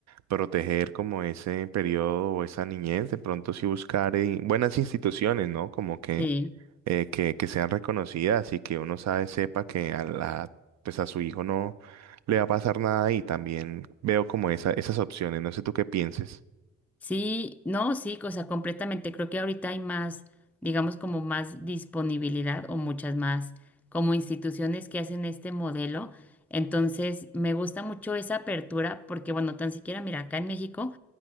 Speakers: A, on the right (about 65°); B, in the centre.
A: proteger como ese periodo o esa niñez, de pronto sí buscar eh, buenas instituciones, ¿no? Como que,
B: sí,
A: eh, que, que sean reconocidas y que uno sabe, sepa que a la, pues a su hijo no le va a pasar nada y también veo como esa, esas opciones, no sé tú qué pienses.
B: sí, no, sí, o sea, completamente. Creo que ahorita hay más, digamos, como más disponibilidad o muchas más como instituciones que hacen este modelo. Entonces, me gusta mucho esa apertura porque, bueno, tan siquiera, mira, acá en México